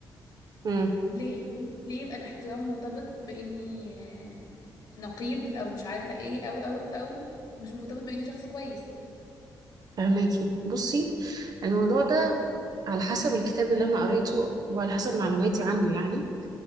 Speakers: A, on the right; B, on the left.
A: امم
B: ليه ليه ليه يبقى الاحترام مرتبط باني آه، نقيب او مش عارفه ايه او او او مش مرتبط باني شخص كويس
A: فهماكي بصي الموضوع ده على حسب الكتاب اللي انا قريته وعلى حسب معلوماتي عنه يعني